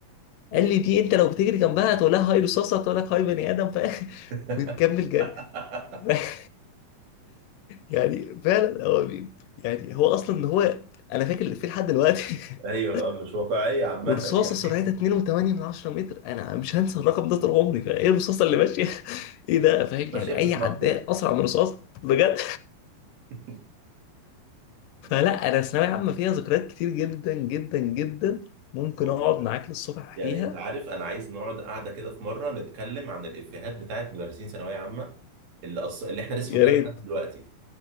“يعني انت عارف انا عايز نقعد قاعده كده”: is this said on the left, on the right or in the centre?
Right